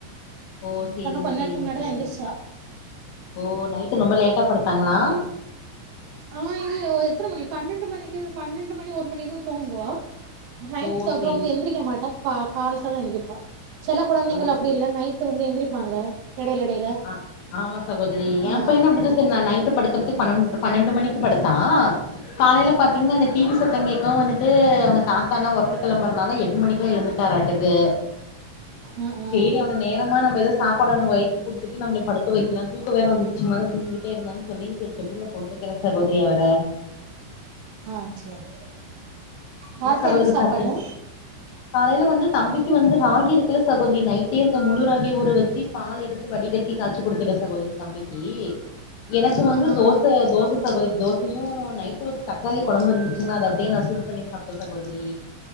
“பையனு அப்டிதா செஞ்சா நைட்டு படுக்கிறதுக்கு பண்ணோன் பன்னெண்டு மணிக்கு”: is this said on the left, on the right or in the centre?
Left